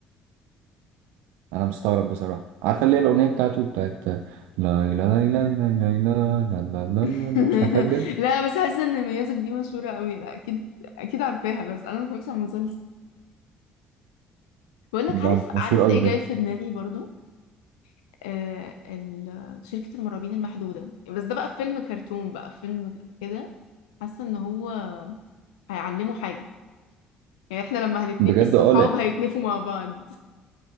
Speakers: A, on the right; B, on the left.
A: انا مستغرب بصراحه عارفه اللي هي الاغنيه بتاعته بتاعت لا لا لا لا لا لا لا لا لا
B: <laughs>
A: لا لا مش عارفها بجد
B: لا بس حاسه ان ميوزك دي مشهوره قوي لا اكيد اكيد عارفاها بس انا ما اتفرجتش على المسلسل بقولك عارف
A: ده مشهور
B: عارف
A: قوي
B: ايه
A: بجد
B: جاي في دماغي برضو آه ال- شركة المرعبين المحدودة بس ده بقى فيلم كرتون بقى فيلم كده حاسة ان هو هيعلمه حاجة يعني احنا لما هنتنفي
A: بجد
B: الصحاب
A: اه لأ
B: هيتنفوا مع بعض